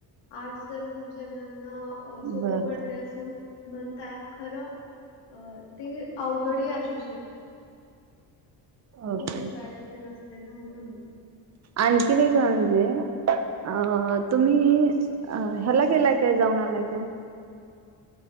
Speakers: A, on the left; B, on the right.
A: आर्ट्स तर खूप जणांना अअ सोपं
B: बर
A: पडते अस. म्हणतात खरं अ ते अवघडही असू शक खूप
B: ओके
A: लिवायचं तर नसत ना म्हणून,
B: अणखी एक आहे म्हणजे. अ तुम्ही अ ह्याला गेलाय काय जाऊन आलाय का?